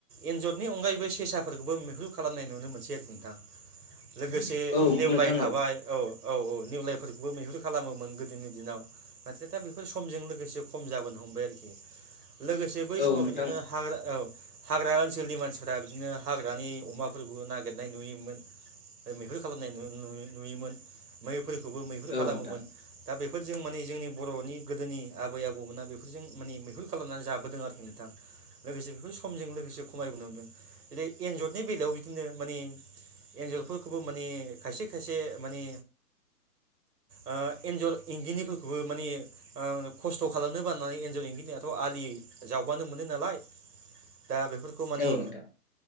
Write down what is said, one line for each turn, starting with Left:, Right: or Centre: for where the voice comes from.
Right: एन्जरनि अनगायैबो सेसाफोरखौबो मैहुर खालामनाय नुनो मोनसै आरो नोंथां लोगोसे
Left: औ
Right: नेवलाय
Left: नोंथां
Right: थाबाय औ औ औ निउलायफोरखौबो मैहुर खालामोमोन गोदोनि दिनाव नाथाय दा बे फोर समजों लोगोसे खम जाबोनो हमबाय आरोखि लोगोसे बै
Left: औ
Right: समाव
Left: नोंथां
Right: बिदिनो हाग्रा औ हाग्रा ओनसोलनि मानसिफ्रा बिदिनो हाग्रानि अमाफोरखौ नागिरनाय नुयोमोन मैहुर खालामनाय नु-नु-नुयोमोन मै फोरखौबो मैहुर खालामोमोन
Left: औ नोंथां
Right: दा बे फोरजों माने जोंनि बर'नि गोदोनि आबै आब बौमोना बेफोरजों माने मैहुर खालामनानै जाबोदों आरोखि नोंथां लोगोसे बेफोर समजों लोगोसे खमायबोनो हमदों जेरै- एन्जरनि बेलायाव बिदिनो माने एन्जरफोरखौबो माने खायसे खायसे माने ओ एन्जर इंगिनिफोरखौबो माने ओ खस्थ' खालामनो बाननानै एन्जर एंगिनियाथ' आलि जावबानो मोनो नालाय दा बेफोरखौ माने
Left: औ नोंथां